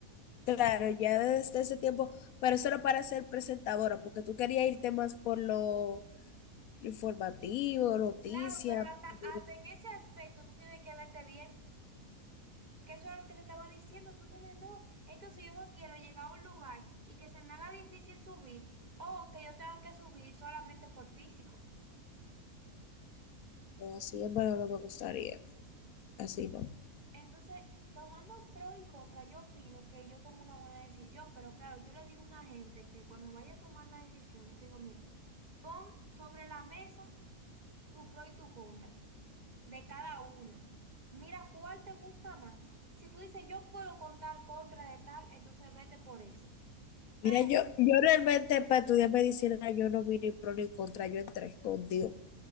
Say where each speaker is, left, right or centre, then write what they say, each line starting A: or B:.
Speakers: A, on the left (about 75°); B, on the right (about 35°).
A: Claro, ya desde ese tiempo, pero eso era para ser presentadora, porque tú querías irte más por lo, lo informativo, noticias,
B: Claro, pero hasta, hasta
A: pero
B: en ese aspecto tú tienes que verte bien, que eso era lo que se estaba diciendo, tú tienes no. Entonces yo no quiero llegar a un lugar y que se me haga difícil subir o que yo tenga que subir solamente por físico.
A: así en verdad no me gustaría, así no.
B: Entonces, tomando pro y contra, yo opino que yo tomo una buena decisión, pero claro, yo le digo a una gente que cuando vaya a tomar la decisión, yo te digo, mira, pon sobre la mesa tu pro y tu contra de cada uno. Mira cuál te gusta más. Si tú dices, yo puedo contar contra de tal, entonces vete por esa. Pero
A: Mira, yo, yo realmente para estudiar medicina yo no vi ni pro ni contra, yo entré con Dios.